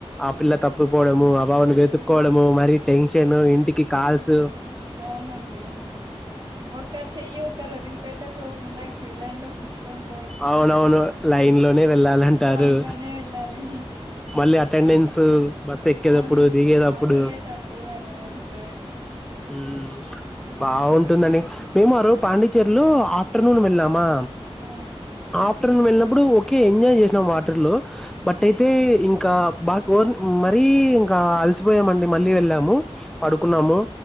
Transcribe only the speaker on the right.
ఉమ్
అవునండి ఒకరు చెయ్యి ఒకరు వదిలిపెట్టక్ కోకుండా క్యూ లైన్ లో పిలుచుకొన్
లైన్ లోనే వెళ్ళాలి
అవునండి
అ దిగేటప్పుడు అటెండెన్స్
ఉమ్
ఆ
ఉమ్
ఉమ్